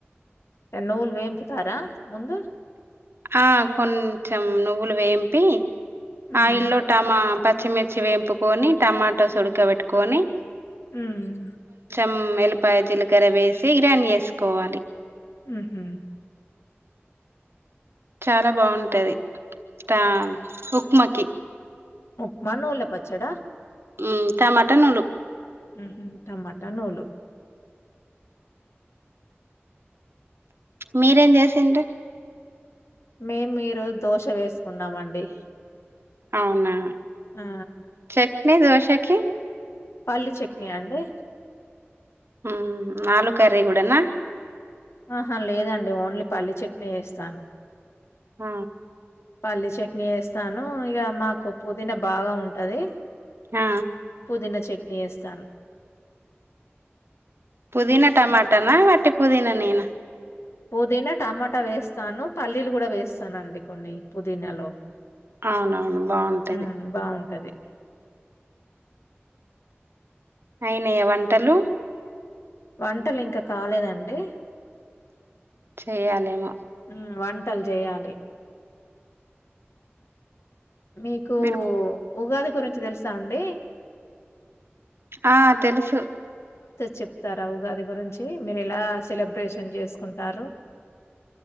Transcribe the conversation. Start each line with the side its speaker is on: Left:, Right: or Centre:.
Left: నువ్వుల్ వేంపుతారా ముందు
Right: ఆ కొంచెం నువ్వులు వేంపి
Left: ఉమ్
Right: ఆయిల్లో టమా పచ్చిమిర్చి వేంపుకొని టమాటస్ ఉడక పేట్టుకోని
Left: ఉమ్
Right: మ్ ఎల్లిపాయ జీలకర వేసి ఇరాన్ ఎస్కోవాలి
Left: ఉహ్మ్
Right: చాలా బావుంటది తా ఉప్మాకి
Left: ఉప్మ నువ్ల పచ్చడా
Right: ఉమ్ టమాటనోలు
Left: ఊహుమ్ టమాటా నోలు
Right: మీరేం జేసిండ్రు
Left: మేం ఈరోజు దోశ వేసుకున్నామండి
Right: అవునా
Left: ఆ!
Right: చట్నీ దోశకి
Left: పల్లీ చట్నీ అండి
Right: ఉమ్ ఆలూ కర్రీ గుడనా
Left: ఆహా లేదండి ఓన్లీ పల్లీ చట్నే చేస్తాను
Right: ఆ
Left: పల్లీ చట్నీ ఏస్తాను ఇగ మకూ పుదీనా బాగా ఉంటది
Right: ఆ
Left: పుదినా చట్నీ ఏస్తాను
Right: పుదీనా టమాటానా వట్టి పుదీనానేనా
Left: పుదీనా టమాటా వేస్తాను పల్లీలు గుడా వేస్తానండి కొన్ని పుదీనాలో
Right: అవునవును బాగుంటది
Left: ఉమ్ బావుంటది
Right: ఐనయా వంటలు
Left: వంటలింక కాలేదండి
Right: చెయ్యాలెమో
Left: మ్ వంటల్ జెయ్యాలీ మీకు
Right: మీరు
Left: ఉగాది గురించి దెలుసా అండి
Right: ఆ తెలుసు
Left: చెపరా ఉగాది గురించి మీరెలా సెలబ్రేషన్ జేస్కుంటారు